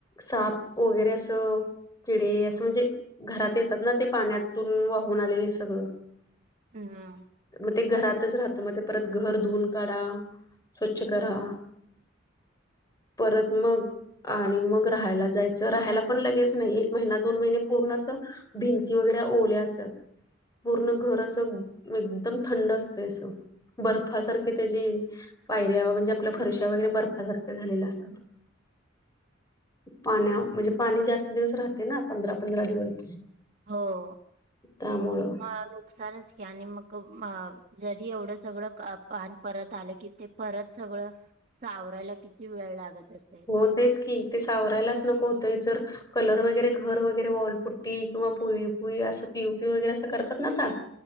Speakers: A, on the left; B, on the right.
A: साप वगैरे असं किडे असं म्हणजे घरात येतात ना ते पाण्यातून वाहून आलेले सगळं
B: हं हा
A: मग ते घरातच राहत मग ते परत घर धुऊून काढा. स्वच्छ करा, परत मग आणि मग राहायला जायचं, राहायला पण लगेच नाही एक महिना दोन महिने पूर्ण असं भिंती वगैरे ओल्या असत्यात. पूर्ण घर असं एकदम थंड असतय असं बर्फासारखे त्याची पायऱ्या म्हणजे आपल्या फरशा वगैरे बर्फासारख्या झालेल्या असतात. पाण्या म्हणजे पाणी जास्त दिवस राहते ना पंधरा- पंधरा दिवस
B: हो.
A: त्यामुळं
B: म नुकसानच कि आणि मग मा जरी एवढं सगळं पान परत आलं की ते परत सगळं सावरायला किती वेळ लागत असेल.
A: हो तेच की ते सावरायलाच नको होतय जर कलर वगैरे घर वगैरे वॉलपुट्टी किंवा पोई पुई असं पीवू- पीवू वगैरे असं करतात ना आता <inaudible>